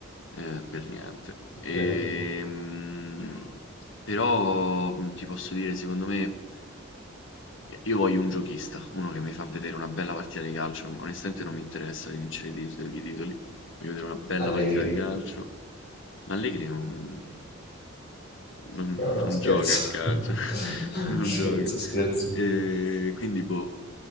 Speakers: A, on the left; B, on the left.
A: eh, per niente.
B: Ok.
A: Ehm, però mh, ti posso dire, secondo me, io voglio un giochista, uno che mi fa vedere una bella partita di calcio. Onestamente non mi interessa di vincere i tit- i titoli voglio vedere una bella
B: Allegri.
A: partita di calcio. Allegri non, non-
B: No, no,
A: non
B: scherzo.
A: gioca a calcio,
B: <laughs>
A: <laughs> non
B: Scherzo,
A: gioca.
B: scherzo.
A: E quindi, boh,